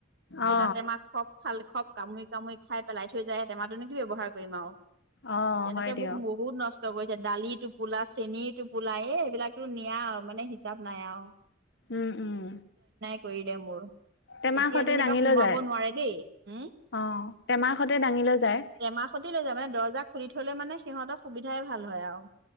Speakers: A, on the right (about 65°); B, on the left (about 65°).
A: কেইটা
B: অ
A: টেমা খপ খালে খপ কামুৰি কামুৰি খাই পেলাই থৈ যায়। টেমাটোনো কি ব্যৱহাৰ কৰিম আৱ
B: অ
A: তেনেকে
B: হয় দিয়ক
A: মোক বহুত নষ্ট নষ্ট কৰিছে দালি টোপোলা চেনী টোপোলা এ এইবিলাকতো নিয়া মানে হিচাপ নাই আৱ।
B: উম উম।
A: কৰিলে মোৰ।
B: টেমাৰ
A: এতিয়া
B: সতে
A: যেনিবা
B: দাঙি
A: সোমাব
B: লৈ যায়
A: নোৱাৰে দেই, হে
B: অ টেমাৰ সতে দাঙি লৈ যায়
A: টেমাহ সৈতি লৈ যায় মানে দৰ্জা খুলি থ'লে মানে। সিহঁতৰ সুবিধাই ভাল হয় আৰু।